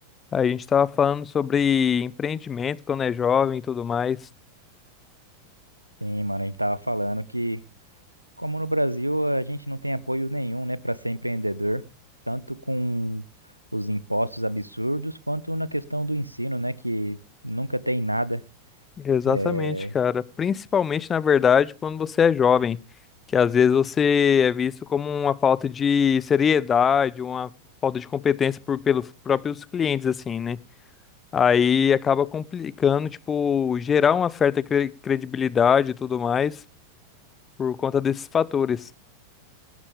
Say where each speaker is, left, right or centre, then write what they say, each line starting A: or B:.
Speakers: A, on the left; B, on the right.
A: A gente tava falando sobre empreendimento quando é jovem e tudo mais.
B: Sim, mano, a gente tava falando que, como no Brasil, a gente não tem apoio nenhum, né, pra ser empreendedor, tanto com os impostos absurdos, quanto na questão do ensino, né, que nunca tem nada.
A: Exatamente,
B: É,
A: cara. Principalmente, na verdade, quando você é jovem, que às vezes você é visto como uma falta de seriedade, uma falta de competência por, pelos próprios clientes, assim, né? Aí acaba complicando, tipo, gerar uma certa cre- credibilidade e tudo mais por conta desses fatores.